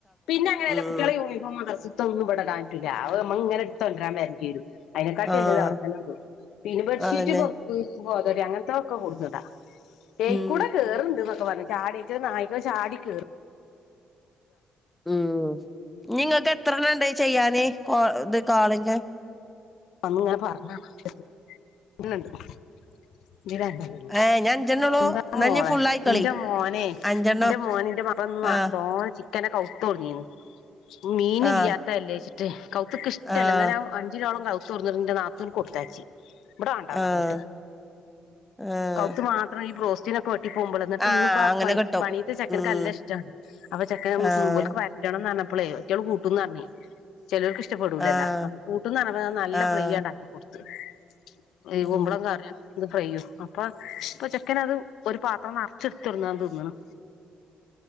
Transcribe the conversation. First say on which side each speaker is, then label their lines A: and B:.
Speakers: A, on the left (about 85°); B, in the centre.
A: പിന്നെ അങ്ങനെയല്ലേ
B: ഉം
A: കുട്ടികളെ യൂണിഫോം ദറസിലത്തത്തൊന്നും വ്ടെ ഇടാൻ പറ്റൂല അവ് ഇങ്ങനെ എടുത്ത് തൊണ്ടരാൻ വരേണ്ടി വരും അതിനെക്കാട്ടി
B: ആഹ്
A: നല്ലത് അവിടെത്തന്നെടും പിന്നെ ബെഡ്ഷീറ്റ്
B: അതന്നെ
A: പൊതപ്പ് <unintelligible> പോതടി അങ്ങനത്തൊക്കെ കൊണ്ടുന്നിടാം ഏയ്കൂടെ
B: ഉം
A: കേറണുണ്ട് ന്നൊക്കെ ഞ്ഞ് ചാടീട്ട് നായ് പ്പം ചാടി കേറും
B: ഉം നിങ്ങൾക്ക് എത്രയെണ്മൂണ്ട് ചെയ്യാന് കോ <unintelligible>
A: അന്ന് ഇങ്ങനെ പറഞ്ഞാ മനുഷ്യനടുത്ത് ഇതിനൊണ്ട്
B: ഏഹ് ഇഞ്ഞി അഞ്ചെണ്ണൊള്ളൂ
A: എന്താ
B: എന്നാ
A: മോളെ
B: ഇഞ്ഞി ഫുള്ളായിക്കളി
A: ന്റെ മോനെ
B: അഞ്ചെണ്ണം
A: ന്റെ മോനന്റെ <unintelligible>
B: ആഹ്
A: തോന ചിക്കനൊക്കെ തൊടങ്ങീന്ന് മീൻ
B: ആഹ്
A: ഇല്ലാത്തൃല്ലേ റ്റ് കൗത്തുക്ക് ഇഷ്ടല്ല
B: ആഹ്
A: എന്നാലും അ അഞ്ചുരൂയോളം കൗ തൊറന്നുറിന്റെ നാത്തൂൻ കൊടുത്താച്ചി ഇവിടെ വേണ്ടന്ന്
B: ആഹ് ആഹ്
A: കൗത്ത് മാത്രം ഈ പ്ര ചിന്നക്കോട് <unintelligible> പോുമ്പോൾ എന്നി്
B: ആഹ്
A: ഇന്ന ഇ
B: അങ്ങനെ
A: പണി
B: കിട്ടും
A: പണീട്ട് ചെക്കനക്ക്ല്ല
B: ഉം
A: ഇഷ്ടമാണ് അപ്പൊ ചെക്കൻോലക്ക്
B: ആഹ്
A: വരണംന്ന് പറഞ്ഞ അളേ ഒറ്റളള് കൂട്ടുംന്ന് അറിഞ് ചിലവർക്ക് ഇഷ്ടപ്പെടൂലല്ലോ
B: ആഹ്
A: അ കൂട്ടുന്ന്പറഞ്ഞപ്പ നല്ല
B: ആഹ്
A: ഫ്രൈ ഉണ്ടാക്കി കൊടുക്കും അ <unintelligible> ഈ
B: ഉം
A: കുമ്പളം കറൻ ഇത് ഫ്രൈ ചെയ്യും അപ്പൊ ഇപ്പൊ ചെക്കന അത് ഒരു പാത്രം നിറച്ചെടുത്തിടന്നാന്ന് തിന്നുന്നു